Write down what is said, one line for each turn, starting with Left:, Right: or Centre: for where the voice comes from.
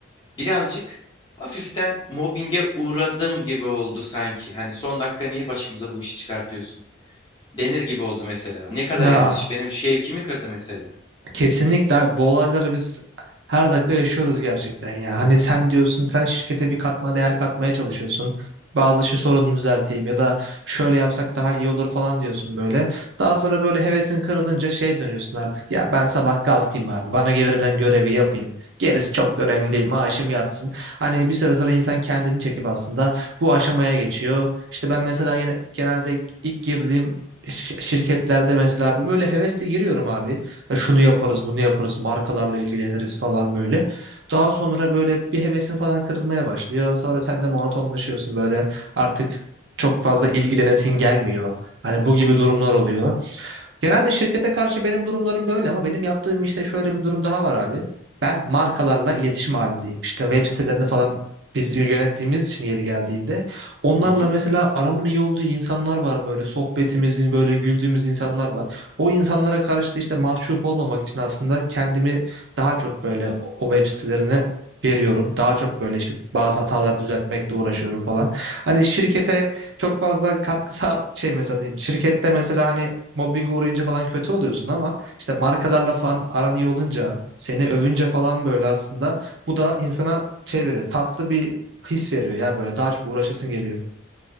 Left: birazcık hafiften mobbinge uğradım gibi oldu sanki. Hani son dakika niye başımıza bu işi çıkartıyorsun? Denir gibi oldu mesela. Ne kadar
Right: Ya
Left: yanlış. Benim şevkimi kırdı mesela.
Right: Kesinlikle abi bu olayları biz her dakika yaşıyoruz gerçekten ya. Hani sen diyorsun sen şirkete bir katma değer katmaya çalışıyorsun. Bazı şu sorunu düzelteyim ya da şöyle yapsak daha iyi olur falan diyorsun böyle. Daha sonra böyle hevesin kırılınca şey dönüyorsun artık ya ben sabah kalkayım abi bana verilen görevi yapayım. Gerisi çok da önemli değil maaşım yatsın. Hani bir süre sonra insan kendini çekip aslında bu aşamaya geçiyor. İşte ben mesela gene- genelde ilk girdiğim şi- şirketlerde mesela bir böyle hevesle giriyorum abi. "E, şunu yaparız, bunu yaparız, markalarla ilgileniriz falan böyle. Daha sonra böyle bir hevesin falan kırılmaya başlıyor. Sonra sen de monotonlaşıyorsun böyle artık çok fazla ilgilenesin gelmiyor. Hani bu gibi durumlar oluyor. Genelde şirkete karşı benim durumlarım böyle ama benim yaptığım işte şöyle bir durum daha var abi. Ben markalarla iletişim halindeyim. İşte web sitelerini falan biz yönettiğimiz için yeri geldiğinde onlarla
Left: Hı hı.
Right: mesela aramın iyi olduğu insanlar var böyle sohbetimizin böyle güldüğümüz insanlar var. O insanlara karşı da işte mahcup olmamak için aslında kendimi daha çok böyle o web sitelerine veriyorum. Daha çok böyle işte bazı hataları düzeltmekle uğraşıyorum falan. Hani şirkete çok fazla katkısa şey mesela diyeyim. Şirkette mesela hani mobbinge uğrayınca falan kötü oluyorsun ama işte markalarla falan aran iyi olunca seni övünce falan böyle aslında bu da insana şey veriyor tatlı bir his veriyor ya böyle daha çok uğraşasın geliyor.